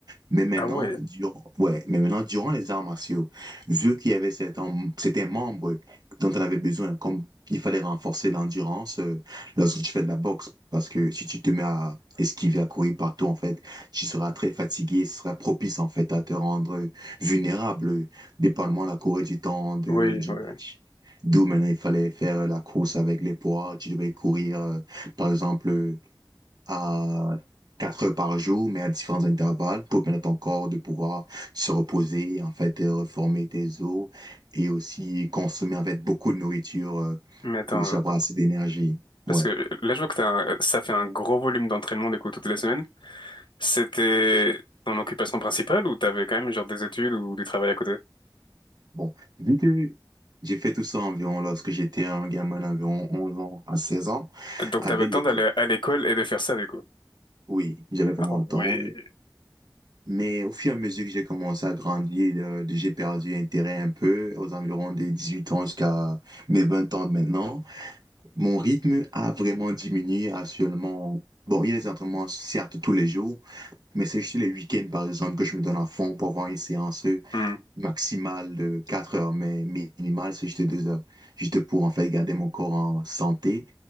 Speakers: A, on the right (about 55°); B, on the left (about 75°).
A: Mais maintenant,
B: Ah ouais,
A: durant, ouais, mais maintenant, durant les arts martiaux, vu qu'il y avait certains, certains membres dont on avait besoin, comme il fallait renforcer l'endurance euh, lorsque tu fais de la boxe, parce que si tu te mets à esquiver, à courir partout, en fait, tu seras très fatigué, ce sera propice, en fait, à te rendre vulnérable, euh, dépendamment de la courée du temps de,
B: oui,
A: du
B: oui.
A: match.
B: oui.
A: D'où maintenant, il fallait faire la course avec les poids, tu devais courir, euh, par exemple, à 4 heures par jour, mais à différents intervalles pour permettre à ton corps de pouvoir se reposer, en fait, et reformer tes os et aussi consommer, en fait, beaucoup de nourriture euh,
B: Mais attends,
A: pour aussi avoir
B: attends.
A: assez d'énergie.
B: Parce
A: Ouais.
B: que là, je vois que t'as un- ça fait un gros volume d'entraînement du coup toutes les semaines. C'était ton occupation principale ou t'avais quand même genre des études ou du travail à côté?
A: Bon. Vu que j'ai fait tout ça environ lorsque j'étais un gamin d'environ 11 ans à 16 ans,
B: Donc
A: avec
B: t'avais le temps
A: l'école.
B: d'aller à l'école et de faire ça du coup.
A: Oui, j'avais vraiment
B: Ah
A: le
B: ouais.
A: temps. hein. Mais au fur et à mesure que j'ai commencé à grandir, euh, j'ai perdu intérêt un peu aux environs des 18 ans jusqu'à mes 20 ans de maintenant. Mon rythme a vraiment diminué à seulement... Bon, il y a des entraînements, certes, tous les jours, mais c'est juste les week-ends, par exemple, que je me donne à fond pour avoir une séance
B: Hmm,
A: maximale de 4 heures, mais minimale, c'est juste 2 heures. Juste pour, en fait, garder mon corps en santé